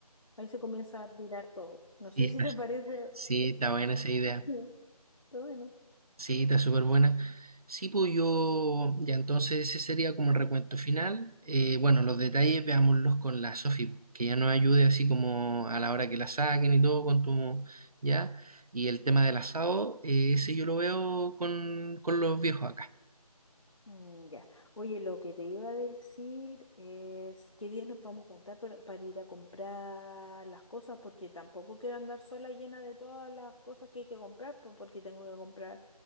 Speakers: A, on the left; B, on the right.
A: Ahí se comienza a tirar todo. No sé
B: Sí,
A: si
B: está-
A: te parece.
B: sí, está buena esa idea.
A: Sí, está bueno.
B: Sí, está súper buena. Sí, pues yo, ya entonces ese sería como el recuento final. Eh, bueno, los detalles veámoslos con la Sofi, que ya nos ayude así como a la hora que la saquen y todo, con tu, ya. Y el tema del asado, eh, ese yo lo veo con, con los viejos acá.
A: Mm, Ya. Oye, lo que te iba a decir es qué días nos vamos a juntar para, para ir a comprar las cosas, porque tampoco quiero andar sola llena de todas las cosas que hay que comprar, po- porque tengo que comprar